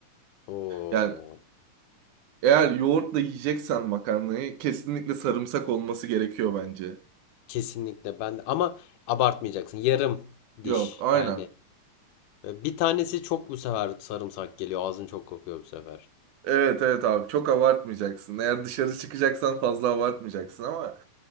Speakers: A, on the left (about 80°); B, on the right (about 75°).
A: Oo,
B: Yani eğer yoğurtla yiyeceksen makarnayı kesinlikle sarımsak olması gerekiyor bence.
A: kesinlikle ben de ama abartmayacaksın. Yarım
B: Yok,
A: diş.
B: aynen.
A: Yani e, bir tanesi çok bu sefer sarımsak geliyor. Ağzın çok kokuyor bu sefer.
B: Evet evet abi çok abartmayacaksın. Eğer dışarı çıkacaksan fazla abartmayacaksın ama